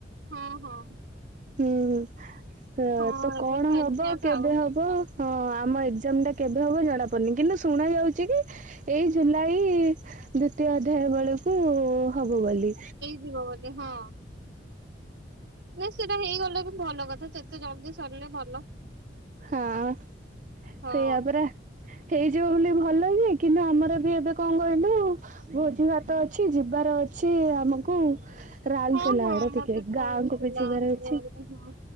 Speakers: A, on the right; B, on the right.
A: ହଁ ହଁ।
B: ହୁଁ ହୁଁ
A: ହଁ
B: ତ
A: ଏବେ
B: କଣ ହବ
A: ଏମିତି ଆକା
B: କେବେ
A: ଆଉ
B: ହବ? ହଁ ଆମ ଏକ୍ଜାମ ଟା କେବେ ହବ ଜଣା ପଡନି କିନ୍ତୁ ଶୁଣା ଯାଉଛି କି ଏଇ ଜୁଲାଇ ଦ୍ଵିତୀୟ ଅଧ୍ୟାୟ ବେଳକୁ ହବ ବୋଲି।
A: ଯିବ ବୋଲି ହଁ। ନା ସେଇଟା ହେଇଗଲେ ବି ଭଲ କଥା ଯେତେ ଜଲ୍ଦି ସରିଲେ ଭଲ।
B: ହଁ
A: ହଁ
B: ସେଇଆ ପାରା। ହେଇଯିବ ବୋଲି ଭଲ ଯେ କିନ୍ତୁ ଆମର ବି ଏବେ କଣ କହିଲୁ ଭୋଜି ଭାତ ଅଛି ଯିବାର ଅଛି ଆମକୁ। ରାଉଲକେଲା
A: ହଁ ହଁ
B: ଆଡେ
A: ମତେ
B: ଟିକେ
A: କହୁଥିଲା
B: ଗାଁକୁ ବି ଯିବାର
A: ଅଞ୍ଜଳି।
B: ଅଛି
A: ହଁ